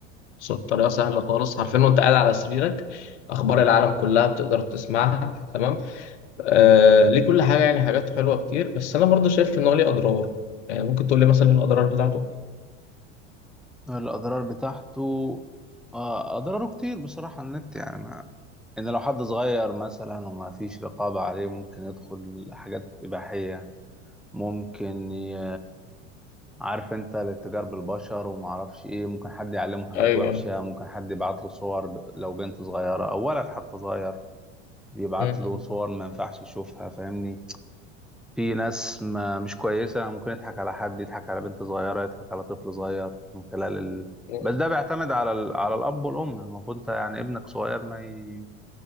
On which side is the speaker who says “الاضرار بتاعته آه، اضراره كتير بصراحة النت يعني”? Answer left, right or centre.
Centre